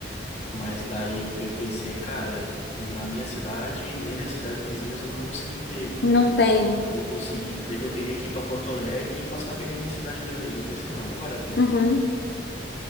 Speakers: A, on the left (about 35°); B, on the left (about 65°).
A: Mas daí eu, eu pensei, cara, na minha cidade, nem nas cidades vizinhas, eu não vou conseguir emprego.
B: Não tem.
A: Pra mim conseguir emprego, eu teria que ir pra Porto Alegre e passar perrengue em cidade grande. Daí Eu pensei, não, não vale a pena.
B: Uhum.